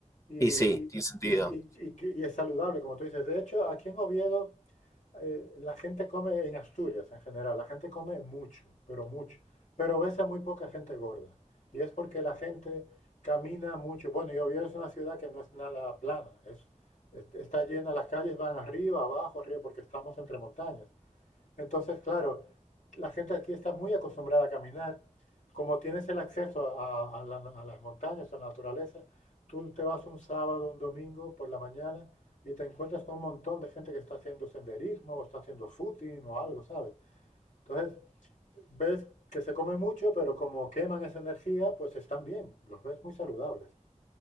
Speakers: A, on the left (about 70°); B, on the left (about 25°).
A: y, y-
B: y sí, tiene sentido.
A: y- y que- y es saludable, como tú dices. De hecho, aquí en Oviedo, eh, la gente come, en Asturias en general, la gente come mucho, pero mucho. Pero ves a muy poca gente gorda. Y es porque la gente camina mucho. Bueno, y Oviedo es una ciudad que no es nada plana, es, es- está llena, las calles van arriba, abajo, arriba, porque estamos entre montañas. Entonces, claro, la gente aquí está muy acostumbrada a caminar. Como tienes el acceso a, a la- a las montañas, a la naturaleza, tú te vas un sábado, un domingo por la mañana y te encuentras con un montón de gente que está haciendo senderismo o está haciendo footing o algo, ¿sabes? Entonces, ves que se come mucho, pero como queman esa energía, pues están bien, los ves muy saludables.